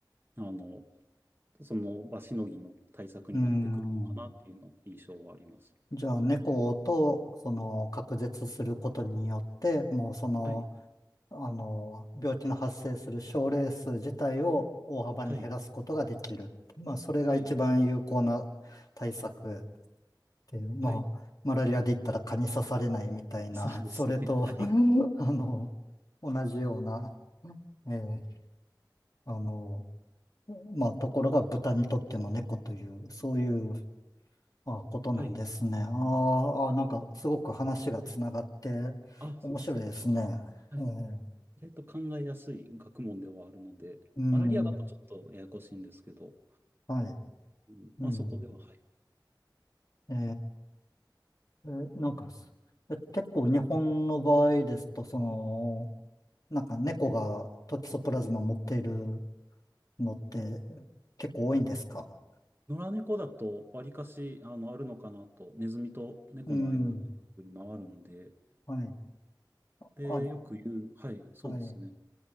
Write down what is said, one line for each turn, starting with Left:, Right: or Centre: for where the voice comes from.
Right: あの、その場しのぎの対策になってくるのかなっていうの印象はあります。
Left: うん。じゃあ、猫と、その、隔絶することによって、もうその、
Right: はい、
Left: あの、病気の発生する症例数自体を大幅に減らすことができる。
Right: はい、
Left: まあ、それが一番有効な対策
Right: はい、
Left: で、まあ、
Right: はい、
Left: マラリアで言ったら蚊に刺されないみたいな、
Right: そうですね。
Left: <laughs> それと、
Right: はい、
Left: うんあの、同じような、えーあの、まあ、ところが豚にとっての猫という、そういうあことなんですね。
Right: はい。
Left: あーあー、なんかすごく話がつながって面白いですね。
Right: あ、そうだ。はい。
Left: えー
Right: 意外と考えやすい学問ではあるので、
Left: うん、
Right: マラリアだとちょっとややこしいんですけど、
Left: はい。
Right: うん、
Left: うん、
Right: まあそこでは、はい。
Left: えーえーなんか、え結構日本の場合ですと、その、なんか猫がトキソプラズマ持っているのって結構多いんですか
Right: 野良猫だと、わりかし、あの、あるのかなと、ネズミと猫の間で回るんで、
Left: うん。はい。
Right: で、
Left: あ、
Right: よく言う、はい、そうですね。
Left: はい。